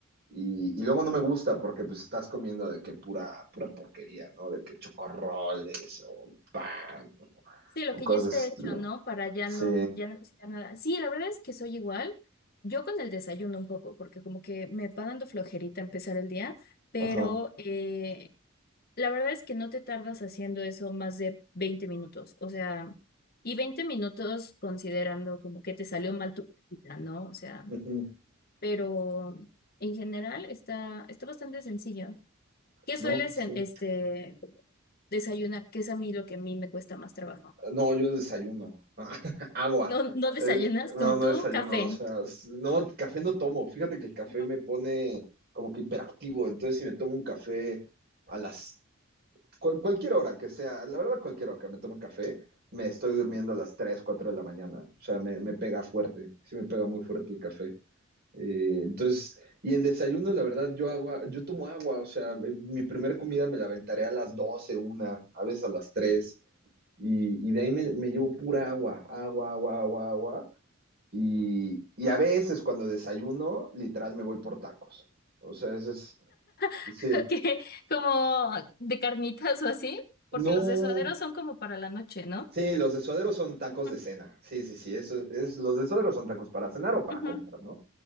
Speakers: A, on the right; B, on the left.
A: y, y luego no me gusta porque pues estás comiendo de que pura, pura porquería, ¿no? De que chocorroles o pan o,
B: Sí, lo
A: o
B: que
A: cosas
B: ya esté
A: de ese estilo.
B: hecho, ¿no? Para ya
A: Sí,
B: no, ya no cocinar nada. Sí, la verdad es que soy igual. Yo con el desayuno un poco, porque como que me va dando flojerita empezar el día, pero
A: ajá.
B: eh, La verdad es que no te tardas haciendo eso más de 20 minutos, o sea, y 20 minutos considerando como que te salió mal tu práctica, ¿no? O sea,
A: ujú.
B: pero en general está, está bastante sencillo. ¿Qué
A: No,
B: sueles
A: pues sí.
B: en- este, desayunar? Que es a mí lo que a mí me cuesta más trabajo.
A: No, yo desayuno. <laughs> Agua.
B: ¿No, no desayunas
A: Eh, no,
B: como
A: no
B: tú?
A: desayuno.
B: Café.
A: O sea, s- no, café no tomo. Fíjate que el café
B: Ujú.
A: me pone como que hiperactivo. Entonces, si me tomo un café a las cual- cualquier hora que sea, la verdad, cualquier hora que me tome café, me estoy durmiendo a las 3 4 de la mañana. O sea, me, me pega fuerte, sí me pega muy fuerte el café. Eh, entonces, y en desayuno, la verdad, yo agua, yo tomo agua, o sea, me- mi primer comida me la aventaré a las 12 una, a veces a las 3 y, y de ahí me, me llevo pura agua, agua, agua, agua, agua. Y, y a veces cuando desayuno, literal me voy por tacos. O sea, ese es,
B: <laughs>
A: sí.
B: que como de carnitas o así, porque
A: No,
B: los de son como para la noche, ¿no?
A: Sí, los desoderos son tacos
B: Ujú,
A: de cena. Sí, sí, sí, eso es, los desoderos son tacos para cenar o para
B: ujú,
A: comer, ¿no?